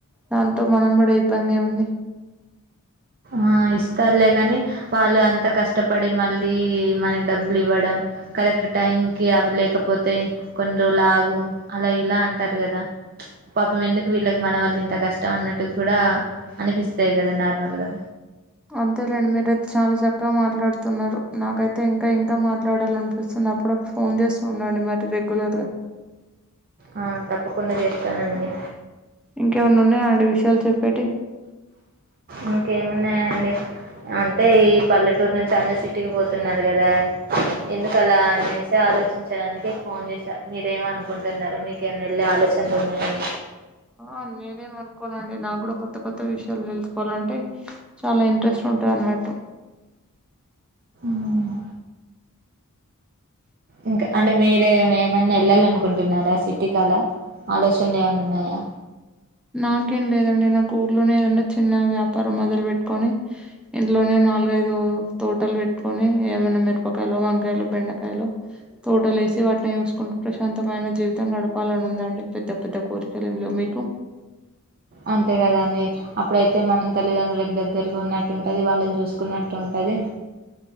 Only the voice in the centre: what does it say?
దాంతో మనం పడే ఇబ్బంది ఎం ఉంది
అంతేలేండి మీరైతే చాలా చక్కగా మాట్లాడుతున్నారు నాకైతే ఇంకా ఇంకా మాట్లాడాలినిపిస్తు అప్పుడప్ ఫోన్ చేస్తూ ఉండండి మరి రెగ్యులర్ గా
ఇంకేమన్నా ఉన్నాయా అండి విషయాలు చెప్పేటివి
ఆ నేనేం అనుకోనండి నాకు కూడా కొత్త కొత్త విషయాలు తెలుసుకోవాలంటే చాలా ఇంట్రెస్ట్ ఉంటదన్నట్టు
నాకేం లేదండి నాకు ఊర్లోనే ఏదన్నా చిన్న వ్యాపారం మొదలు పెట్టుకొని ఇంట్లోనే నాలుగైదు తోటలు పెట్టుకొని ఏమైన్నా మిరపకాయలు వంకాయలు బెండకాయలు తోటలే సి వాటిని చూసుకుంటూ ప్రశాంతమైన జీవితం గడపాలని ఉందండి పెద్ద పెద్ద కోరికలేం లెవ్ మీకు